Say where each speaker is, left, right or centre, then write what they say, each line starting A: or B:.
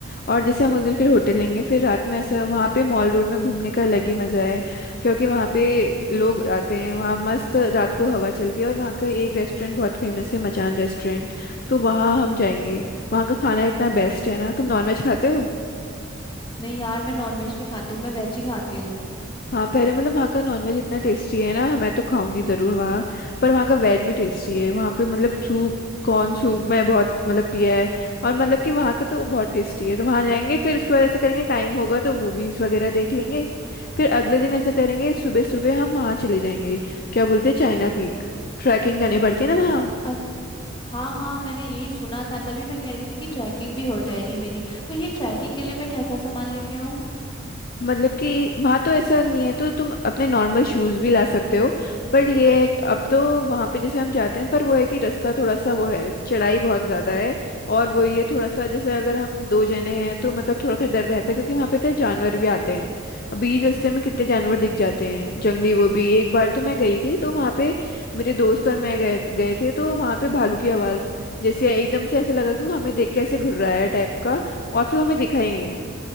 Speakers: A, on the left; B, on the left.
A: और जैसे हम उस दिन फिर होटल लेंगे फिर रात में ऐसा वहाँ पे मॉल रोड में घूमने का अलग ही मज़ा है क्योंकि वहाँ पे लोग आते हैं वहाँ मस्त रात को हवा चलती है और वहाँ का एक रेस्टोरेंट बहुत फेमस है मचान रेस्टोरेंट तो वहाँ हम जाएंगे वहाँ का खाना इतना बेस्ट है ना तुम नॉनवेज खाते हो
B: नहीं यार मैं नॉनवेज नहीं खाती हूँ मैं वेज ही खाती हूँ
A: हाँ पहले मतलब वहाँ का नॉनवेज इतना टेस्टी है ना मैं तो खाऊंगी जरूर वहाँ पर वहाँ का वेज भी टेस्टी है वहाँ पे मतलब सूप कॉर्न सूप मैं बहुत मतलब पिया है और मतलब कि वहाँ का तो बहुत टेस्टी है तो वहाँ जाएंगे फिर उसके बाद ऐसा करेंगे टाइम होगा तो मूवीज वगैरह देख लेंगे फिर अगले दिन ऐसा करेंगे सुबह सुबह हम वहाँ चले जाएंगे क्या बोलते हैं चाइना पीक ट्रैकिंग करनी पड़ती है ना वहाँ
B: अ- हाँ हाँ मैंने यही सुना था तभी मैं कह रही थी कि ट्रैकिंग भी हो जाएगी मेरी तो ये ट्रैकिंग के लिए मैं क्या क्या सामान लेके आऊँ
A: मतलब कि वहाँ तो ऐसा नहीं है तो तुम अपने नॉर्मल शूज भी ला सकते हो पर ये है कि अब तो वहाँ पे जैसे हम जाते हैं पर वो है कि रास्ता थोड़ा सा वो है चढ़ाई बहुत ज़्यादा है और वो ये थोड़ा सा जैसे अगर हम दो जने हैं तो मतलब थोड़ा सा डर रहता है क्योंकि वहाँ पे तो जानवर भी आते हैं बीच रास्ते में कितने जानवर दिख जाते हैं जंगली वो भी एक बार तो मैं गई थी तो वहाँ पे मेरे दोस्त और मैं गए गए थे तो वहाँ पे भालू की आवाज़ जैसे एकदम से ऐसे लगा कि वो हमें देख के ऐसे घुर्राया टाइप का और फिर हमें दिखा ही नहीं